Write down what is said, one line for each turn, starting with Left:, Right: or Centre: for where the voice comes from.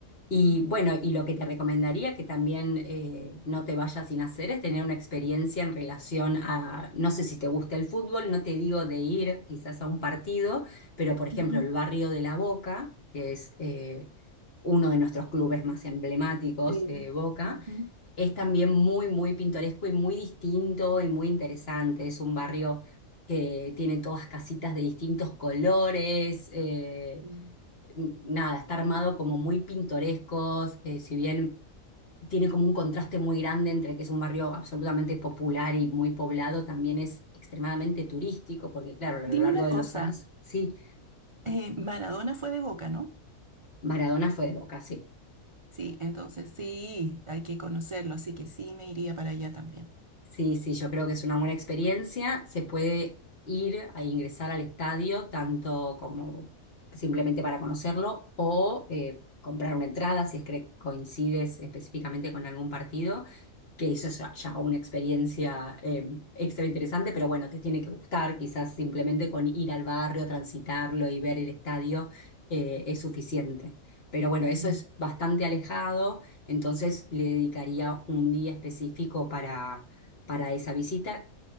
Left: Y
Right: Mm.
Left: bueno, y lo que te recomendaría que también eh, no te vayas sin hacer es tener una experiencia en relación a, no sé si te gusta el fútbol, no te digo de ir quizás a un partido, pero por ejemplo
Right: Ujú,
Left: el barrio de La Boca, que es eh, uno de nuestros clubes más emblemáticos,
Right: Sí.
Left: eh, Boca,
Right: Ujú.
Left: es también muy, muy pintoresco y muy distinto y muy interesante. Es un barrio que tiene todas casitas de distintos colores. eh,
Right: Mm.
Left: nada, está armado como muy pintorescos, eh, si bien tiene como un contraste muy grande entre que es un barrio absolutamente popular y muy poblado, también es extremadamente turístico, porque claro, a lo
Right: Dime
Left: largo
Right: una
Left: de
Right: cosa,
Left: los años, sí,
Right: eh, Maradona fue de Boca, ¿no?
Left: Maradona fue de Boca, sí.
Right: Sí, entonces sí, hay que conocerlo, así que sí me iría para allá también.
Left: Sí, sí, yo creo que es una buena experiencia, se puede ir a ingresar al estadio, tanto como simplemente para conocerlo o... eh, comprar una entrada si es que coincides específicamente con algún partido que eso es ya una experiencia eh, extra interesante, pero bueno, te tiene que gustar, quizás simplemente con ir al barrio, transitarlo y ver el estadio eh, es suficiente. Pero bueno, eso
Right: Mm,
Left: es bastante alejado, entonces le dedicaría un día específico para, para esa visita